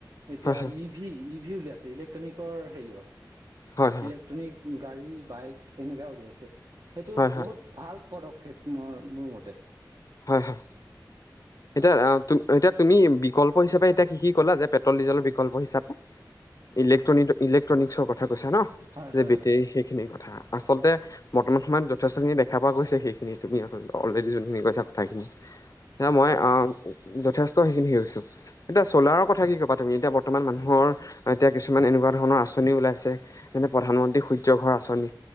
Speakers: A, on the right; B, on the left.
A: এতিয়া
B: হয় হয়
A: ই ভি ই ভি উলিয়াইছে ইলেক্ট্ৰনিকৰ হেৰি অ
B: হয় হয় হয়
A: ইলেক্ট্ৰ'নিক গাড়ী বাইক এনেকা উলিয়াইছে, সেইটো
B: হয় হয়
A: বহুত ভাল পদক্ষেপ মই মোৰ মতে
B: হয়, হয়।
A: হয়
B: এতিয়া আ এতিয়া তুমি বিকল্প হিচাপে এতিয়া <unintelligible> ক'লা যে পেট্ৰল ডিজেলৰ বিকল্প হিচাপে ইলেক্ট্ৰ'নিক ইলেক্ট্ৰ'নিকছৰ কথা কৈছা ন'
A: হয় হয়
B: যে বেটেৰী
A: হয়
B: সেইখিনিৰ কথা আচলতে বৰ্তমান সময়ত যথেষ্টখিনি দেখা পোৱা গৈছে, সেইখিনি তুমি অলৰেডি যোনখিনি কৈছা কথাখিনি। আ মই আ যথেষ্ট সেইখিনি <unintelligible> এতিয়া চ'লাৰৰ কথা কি ক'বা তুমি? এতিয়া বৰ্তমান মানুহৰ এতিয়া কিছুমান এনেকুৱা ধৰণৰ আঁচনি ওলাইছে। যেনে প্ৰধানমন্ত্ৰী সূৰ্য ঘৰ আঁচনি।